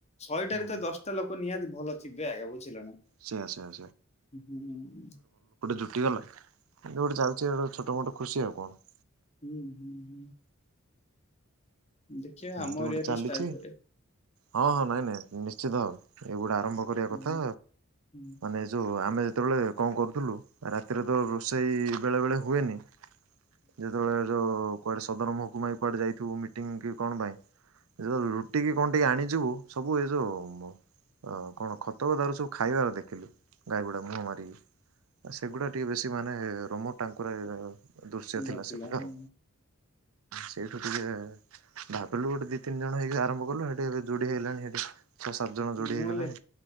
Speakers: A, on the left; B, on the right.
A: ଶହେଟାରେ
B: ହୁଁ
A: ତ ଦଶଟା ଲୋକ ନିହାତି ଭଲ। ଥିବେ ଏକା ବୁଝିଲ ନା
B: ସେୟା ସେୟା
A: ହୁଁ ହୁଁ
B: ଜୁଟି ଗଲା। ଏବେ ଗୋଟେ ଚାଲିଛି ଗୋଟ ଛୋଟ ମୋଟ। ଖୁସି ଆଉ କଣ।
A: ହୁଁ ହୁଁ ହୁଁ। ଦେଖିବା
B: ଏମିତି
A: ଆମ
B: ଗୋଟେ
A: ଏରିଆରେ
B: ଚାଲିଛି
A: ଷ୍ଟାର୍ଟ କରିବା
B: ହଁ ହଁ ନାଇଁ ନାଇଁ ନିଶ୍ଚିତ ଭବେ। ଏଗୁଡା। ଆରମ୍ଭ କରିବା
A: ହୁଁ
B: କଥା
A: ହୁଁ
B: ମାନେ ଯୋଉ ଆମେ। ସେତେବେଳେ କଣ କରୁଥିଲୁ ରାତିରେ ତ ରୋଷେଇ ବେଳେ ବେଳେ ହୁଏନି। ଯେତେବେଳେ ଯୋଉ। କୁଆଡେ ସଦର ମହକୁମା କୁଆଡେ ଯଥିବ ମିଟିଂ କି କଣ ପାଇଁ। ରୁଟି କି କଣ ଟିକେ ଆଣିକ ଯିବୁ। ସବୁ ଏ ଯୋଉ ମ କଣ ଖତ ଖତଗଦାରୁରୁ ସବୁ ଖାଇବାର ଦେଖିଲୁ। ଗାଈ ଗୁଡା ମୁହଁ ମାରି ସେଗୁଡା ଟିକେ ବେଶୀ ମାନେ। ରୋମୋ ଟାଙ୍କୁରା ହେଇଗଲ ଦୃଶ୍ୟ ଥିଲା
A: ବାଧିଲା
B: ସେଗୁଟା
A: ମୁଁ
B: ଆଉ ସେଇଠୁ ଟିକେ। ଭାବିଲୁ ଗୁଟେ ଦିଇ ତିନି ଜଣ ହେଇକି ଆରମ୍ଭ କଲୁ ସେଠି ଏବେ ଯୋଡି ହେଇଗଲେଣି ସେଠି। ଛଅ ସାତ ଜଣ ଯୋଡି
A: ମୁଁ
B: ହେଇଗଲାଣି
A: ଏଲେ